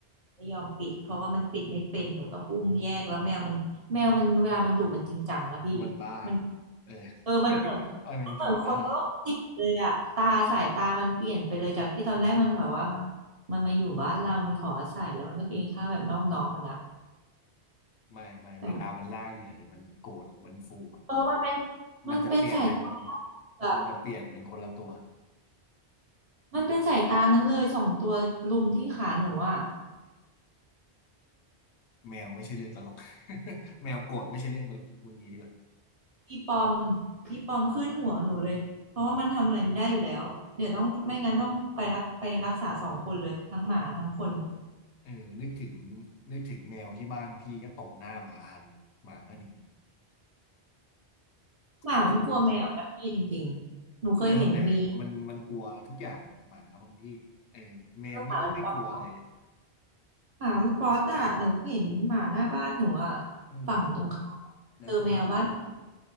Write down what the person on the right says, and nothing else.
ไม่ยอมปิดเพราะว่ามันปิดไม่เป็นหนูต้องอุ้มแยกแล้วแมวมันแมวมันเวลามันดุมันจริงจังนะพี่
มัน
เออมันเหมือนมันเหมือนคนโรคจิตเลยอะตาสายตามันเปลี่ยนไปเลยจากที่ตอนแรกมันแบบว่ามัน
มันมาอยู่บ้านเรามันขออาศัยแล้วมันก็กินข้าวแบบนอบน้อมมันนะ
แต่ว่าเออมันเป็นมันเป็นสายตา
อะ
มันเป็นสายตานั้นเลยสองตัวลุมที่ขาหนูอะ
อีปอมอีปอมขึ้นหัวหนูเลยเพราะว่ามันทำอะไรไม่ได้อยู่แล้วเดี๋ยวต้องไม่งั้นต้องไปรักไปรักษาสองคนเลยทั้งหมาทั้งคน
หมามันกลัวแมวนะพี่จริงๆหนูเคยเห็นมี
เออหมามันป๊อตหมามันป๊อตอ่ะหนูเห็นหมาหน้าบ้านหนูอ่ะ
ฝั่งตรงข้ามอะเจอแมวบ้าน